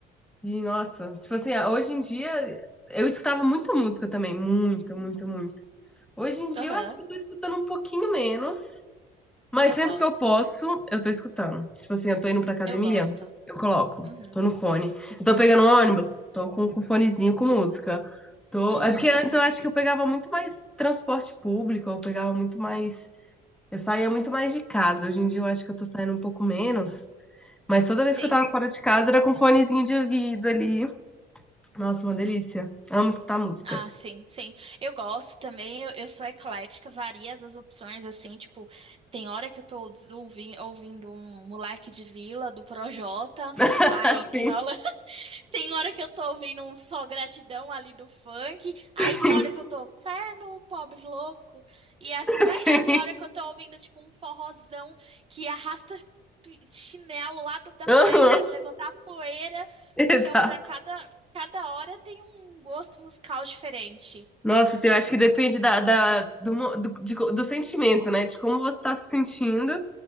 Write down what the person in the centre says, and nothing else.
E nossa, tipo assim, hoje em dia eu escutava muita música também, muita, muita, muita. Hoje em dia
eu acho que eu tô escutando um pouquinho menos, mas
sempre
que eu posso, eu tô escutando. Tipo assim, eu tô indo pra academia,
eu coloco,
tô no fone. Eu tô pegando um ônibus, tô com, com fonezinho com música. Tô...
É porque antes eu acho que eu pegava muito mais transporte público, eu pegava muito mais. Eu saía muito mais de casa. Hoje em dia eu acho que eu tô saindo um pouco menos. Mas toda vez
que eu tava fora de casa era com fonezinho de ouvido ali. Nossa, uma delícia. Amo escutar música.
<laughs>
Assim,
sim,
sim.
<laughs>
Aham,
Exato.
Nossa, assim, eu acho que depende da, da- do, mo- do, de co- do sentimento, né? De como você tá se sentindo,